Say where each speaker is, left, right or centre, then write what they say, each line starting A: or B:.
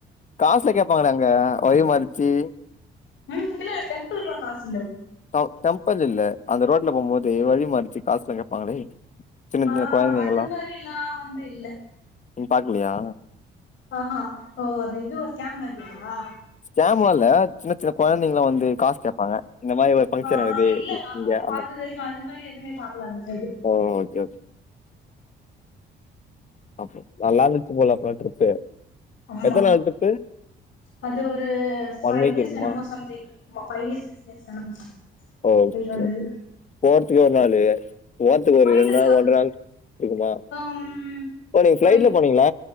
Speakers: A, on the left; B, on the left.
A: காசுலா கேப்பாங்ளே அங்க வலி மறிச்சி
B: நிம்த்துல டெம்பிள்கலா காஸ்
A: தா டெம்பிள் இல்ல அந்த ரோட்ல போமோது வழி மறிச்சுட் காசுலா கேப்பாங்ளே சின்ன
B: ஆ
A: சின்ன கொழந்தைங்களா
B: அது மாரில்லா வந்து இல்ல
A: நீங் பாக்கலயா
B: ஆஹா ஓ அந்த இதுல ஸ்கேம் பண்ணிருக்காங்ளா
A: கேம்வால்ல சின்ன சின்ன கொழந்தைங்களா வந்து காஸ் கேப்பாங்க இந்த மாரி ஒரு ஃபங்க்ஷன்
B: ஆ
A: வர்து
B: இல்ல நாங்க
A: இங்க
B: பாத்தது
A: அந்த
B: வரைக்கு அது மாரி எதுவுமே பாக்கல அந்த சைடு
A: ஓ சேர் பாப்போ நல்லாந்துச்சு போல போன ட்ரிப்பு
B: ஆமா
A: எத்தனாள் ட்ரிப்பு
B: அது ஒரு ஃபைவ்
A: ஒன் வீக்
B: டேஸ்
A: இருக்குமா
B: எனமோ சம்திங் ஆமா ஃபைவ் டேஸ் சிக்ஸ் டேஸ் எனமோ சம்திங்
A: ஓ ஓக்கே
B: போயிட்டு வந்தது
A: போர்துகே ஒரு நாளு போர்துக்கு
B: போயிட்டு
A: ஒரு ரெண் நாள் ஒன்ற நாள் இருக்குதா
B: ம்
A: ஓ நீங்க ஃப்ளைட்ல
B: போயிட்
A: போனீங்குல